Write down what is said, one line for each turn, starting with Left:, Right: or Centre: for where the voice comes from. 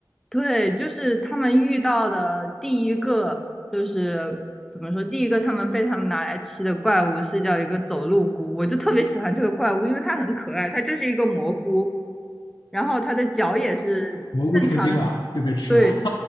Centre: 对，就是他们遇到的第一个就是怎么说，第一个他们被他们拿来吃的怪物是叫一个走路菇，我就特别喜欢这个怪物，因为它很可爱，它就是一个蘑菇。然后它的脚也是正常的
Left: 蘑菇成精了就被吃了，
Centre: <laughs>，对